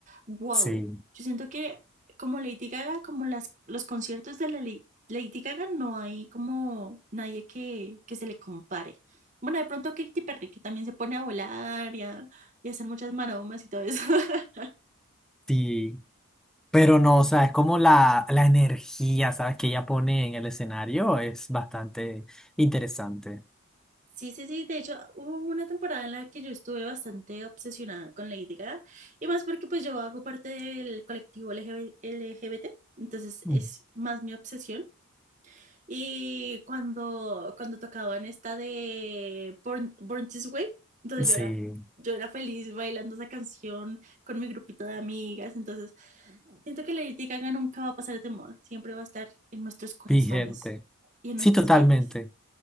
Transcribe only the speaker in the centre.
Sí,
sí. Pero no, o sea, es como la, la energía, ¿sabes? Que ella pone en el escenario es bastante interesante.
Mm.
Sí,
vigente.
Sí,
totalmente.